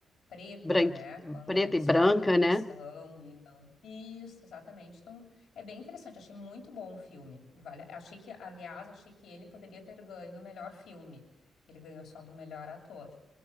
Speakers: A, on the left; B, on the left.
A: preta,
B: branqui,
A: né, quando
B: preta
A: eles
B: e branca,
A: fazem a votação
B: né?
A: e não. Isso, exatamente. Então, é bem interessante, achei muito bom o filme. Vale, achei que, aliás, achei que ele poderia ter ganho o melhor filme. Ele ganhou só do melhor ator.